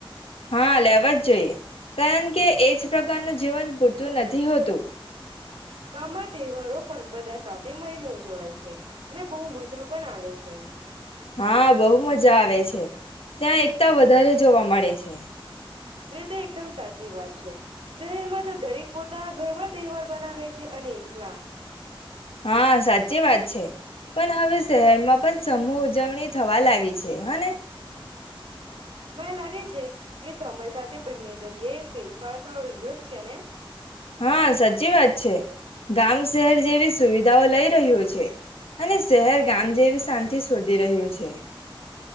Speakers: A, on the left; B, on the right.
A: હા લેવા જ જોઈએ, કારણ કે એજ પ્રકારનું જીવન પૂરતું નથી હોતું.
B: ગામમાં તહેવારો પણ બધા સાથે મળીને ઉજાવાય છે અને બહુ મજા પણ આવે છે.
A: હા, બહુ મજા આવે છે. ત્યાં એકતા વધારે જોવા મળે છે. એ <inaudible>
B: એ તો એકદમ સાચી વાત છે, શહેરમાં તો દરેક પોતાના ઘરમાં તહેવાર બનાવે છે અને એકલા
A: હા, સાચી વાત છે પણ હવે શહેરમાં પણ સમૂહ ઉજવણી થવા લાગી છે હને!
B: મને લાગે છે કે સમય સાથે બંને જગ્યાએ ફેરફાર તો રહ્યો જ છે ને.
A: હા, સાચી વાત છે ગામ શહેર જેવી સુવિધાઓ લઈ રહ્યું છે અને શહેર ગામ જેવી શાંતિ શોધી રહ્યું છે.